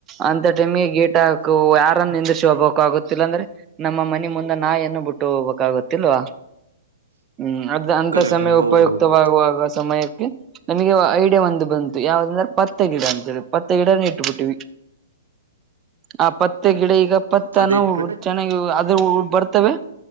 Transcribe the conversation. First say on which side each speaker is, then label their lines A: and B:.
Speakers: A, on the right (about 25°); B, on the right (about 80°).
A: ಅಂತ ಟೈಮ್ಗೆ ಗೇಟ್ ಹಾಕು ಯಾರನ್ನು ನಂದಿಿಸಿಿ ಹೋಗ್ಬೇಕಕ್ ಆಗುತ್ತಿಲ್ಲ ಅಂದ್ರೆ ನಮ್ಮ ಮನಿ ಮುಂದೆ ನಾ ಏನು ಬಿಟ್ಟುಗಬೇಕಾಗುತ್ತೆ. ಇಲ್ವಾ ಹ್ಮ್ ಅದ ಅಂತ
B: ಕರೆ
A: ಸಮಯ
B: ಕರೆ ಹೌದು
A: ಉಪಯುಕ್ತವಾಗುವಾಗ
B: ಹೌದು
A: ಸಮಯಕ್ಕೆ ನಮಗೆ ಐಡಿಯಾ ಒಂದು ಬಂತು ಯಾವ್ದಂದ್ರೆ ಪತ್ತೆ ಗಿಡ ಅಂತೇಳಿ ಪತ್ತೆ ಗಿಡ ಬಿಟ್ಟೀವಿ ಆ ಪತ್ತು ಮತ್ತೆ ಗಿಡ ಈಗ ಪತ್ತನ
B: ಅದ ಇಟ್ಬಿಟ್ಟ
A: ಚೆನ್ನಾಗಿ ಅದ್ರ ಬರ್ತವೆ.